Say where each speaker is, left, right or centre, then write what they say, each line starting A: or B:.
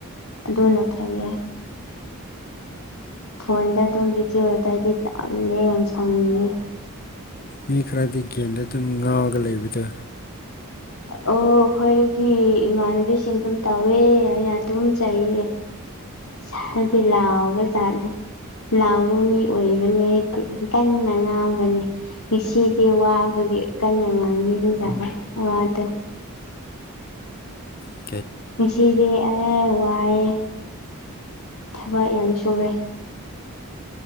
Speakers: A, on the left (about 70°); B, on the left (about 40°).
A: ꯑꯗꯨꯅ ꯐꯩꯌꯦ ꯐꯣꯟꯗ ꯑꯗꯨꯝ ꯕꯤꯖꯤ ꯑꯣꯏꯗꯥꯏꯗꯤ ꯇꯜꯂꯦ ꯌꯥꯝ ꯁꯥꯎꯅꯤꯡꯉꯦ
B: ꯃꯤ ꯈꯔꯗꯤ ꯒꯦꯟꯗ ꯑꯗꯨꯝ ꯉꯥꯎꯔꯒ ꯂꯩꯕꯗꯣ
A: ꯑꯣ ꯑꯩꯈꯣꯏꯒꯤ ꯏꯃꯥꯟꯅꯕꯤꯁꯤꯡ ꯑꯗꯨꯝ ꯇꯧꯋꯦ ꯑꯩꯅ ꯑꯗꯨꯝ ꯆꯩꯌꯦ <unintelligible> ꯍꯥꯏꯗꯤ ꯂꯥꯎꯕ ꯖꯥꯠꯅꯦ ꯂꯥꯎꯕ ꯃꯤ ꯑꯣꯏꯕꯅꯤ ꯍꯥꯏꯗꯤ ꯀꯟꯅ ꯉꯥꯡꯕꯅꯦ ꯉꯁꯤꯗꯤ ꯋꯥꯕꯒꯤ ꯀꯟꯅ ꯉꯥꯡꯉꯗ ꯋꯥꯗ
B: ꯎꯝ
A: ꯉꯆꯦꯗꯤ ꯑ ꯋꯥꯏꯑ ꯊꯕꯛ ꯌꯥꯝ ꯁꯨꯔꯦ